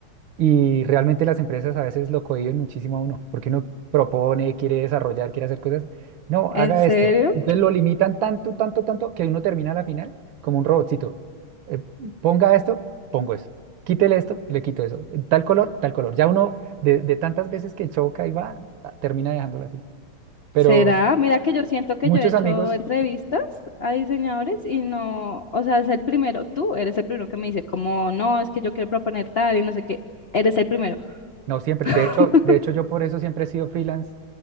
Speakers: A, on the right; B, on the left.
A: Y realmente las empresas a veces lo cohíben muchísimo a uno, porque uno propone, quiere desarrollar, quiere hacer cosas. No,
B: ¿En
A: haga
B: serio?
A: esto. Entonces lo limitan tanto, tanto, tanto, que uno termina a la final como un robotcito. Eh, ponga esto, pongo eso. Quítele esto, le quito eso. Eh, Tal color, tal color. Ya uno, de, de tantas veces que choca y va, ah, termina dejándolo así. Pero
B: ¿Será? Mira que yo siento que
A: muchos
B: yo he hecho
A: amigos.
B: entrevistas a diseñadores y no, o sea, es el primero, tú eres el primero que me dice como, no, es que yo quiero proponer tal y no sé qué, eres el primero.
A: No siempre.
B: <laughs>
A: De hecho, de hecho, yo por eso siempre he sido freelance,